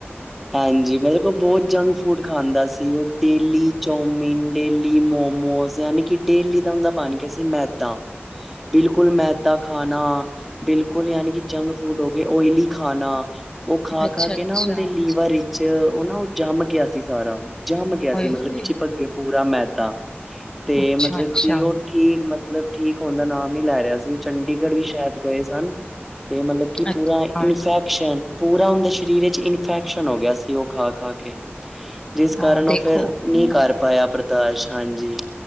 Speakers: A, in the centre; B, on the left.
A: ਹਾਂਜੀ ਮਤਲਬ ਕੋ ਬੋਤ ਜੰਕ ਫੂਡ ਖਾਂਦਾ ਸੀ ਓ ਡੇਲੀ ਚੌਮਿਨ ਡੇਲੀ ਮੋਮੋਸ ਯਾਨੀ ਕਿ ਡੇਲੀ ਦਾ ਹੁੰਦਾ ਬਣ ਗਿਆ ਸੀ ਮੈਦਾ
B: ਹ
A: ਬਿਲਕੁਲ ਮੈਦਾ ਖਾਣਾ ਬਿਲਕੁਲ ਯਾਨੀ ਕਿ ਜੰਕ ਫੂਡ ਹੋ ਗਏ ਓਇਲੀ ਖਾਣਾ ਉਹ ਖਾ-ਖਾਕੇ
B: ਅੱਛਾ ਅੱਛਾ
A: ਨਾ ਬਾਰਿਸ਼'ਚ ਉਹ ਨਾ ਉਹ ਜੰਮ ਗਿਆ ਸੀ ਸਾਰਾ, ਜੰਮ ਗਿਆ
B: ਹੋਏ
A: ਸੀ ਮਤਲਬ
B: ਹੋਏ
A: ਚਿਪਕ ਗਏ ਪੂਰਾ ਮੈਦਾ, ਤੇ
B: ਅੱਛਾ
A: ਮਤਲਬ
B: ਅੱਛਾ
A: ਕਿ ਉਹ ਠੀਕ ਮਤਲਬ, ਠੀਕ ਹੋਣ ਦਾ ਨਾਮ ਨੀ ਲੈ ਰਿਹਾ ਸੀ, ਉਹ ਚੰਡੀਗੜ੍ਹ ਵੀ ਸ਼ਾਇਦ ਗਏ ਸਨ। ਤੇ ਮਤਲਬ ਕਿ
B: ਅੱਛਾ
A: ਪੂਰਾ ਇਨਫੈਕਸ਼ਨ, ਪੂਰਾ ਉਂਹਦੇ ਸਰੀਰ'ਚ ਫੈਕਸਨ ਹੋਗਿਆ ਸੀ ਉਹ ਖਾ-ਖਾਕੇ, ਜਿਸ
B: ਹਾਂ
A: ਕਾਰਨ
B: ਦੇਖੋ
A: ਉਹ ਫਿਰ ਨੀ
B: ਹਾਂ
A: ਕਰ ਪਾਇਆ ਪਰਦਾਸ਼, ਹਾਂਜੀ।